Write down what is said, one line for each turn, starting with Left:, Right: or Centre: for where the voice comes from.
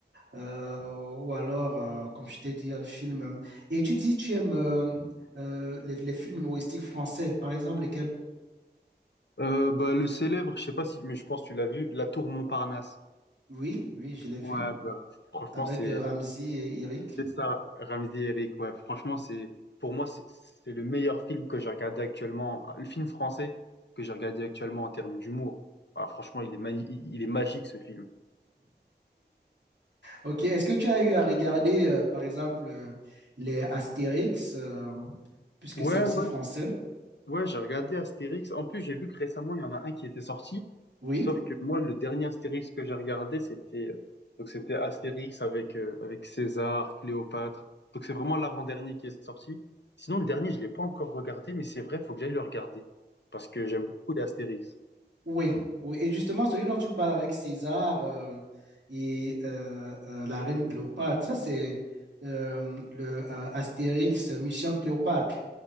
Right: euh, ou alors, euh, comme je t'ai dit, un film. Et tu dis, tu aimes euh, euh, les, les films humoristiques français, par exemple, lesquels?
Left: Euh, bah le célèbre, je sais pas si, mais je pense que tu l'as vu, La Tour Montparnasse.
Right: Oui, oui, je l'ai vu
Left: Ouais, bah, franchement
Right: avec
Left: c'est
Right: euh, Ramzy et Eric.
Left: C'est ça, Ramsey Eric, ouais. Franchement, c'est pour moi, c'est c'est le meilleur film que j'ai regardé actuellement, le film français que j'ai regardé actuellement en termes d'humour. Ah, franchement, il est mani- il il est magique ce film.
Right: Ok, est-ce que tu as eu à regarder, euh, par exemple, euh, les Astérix, euh, puisque
Left: Ouais,
Right: c'est aussi
Left: ouais,
Right: français?
Left: ouais, j'ai regardé Astérix. En plus, j'ai vu que récemment, il y en a un qui était sorti.
Right: Oui.
Left: Sauf que moi, le dernier Astérix que j'ai regardé, c'était euh, donc c'était Astérix avec, euh, avec César, Cléopâtre. Donc c'est vraiment l'avant-dernier qui est sorti. Sinon, le dernier, je l'ai pas encore regardé, mais c'est vrai, faut que j'aille le regarder. Parce que j'aime beaucoup les Astérix.
Right: Oui, oui. Et justement, celui dont tu parles avec César euh, et euh, euh, la reine Cléopâtre, ça c'est euh, le euh, Astérix euh, Mission Cléopâtre.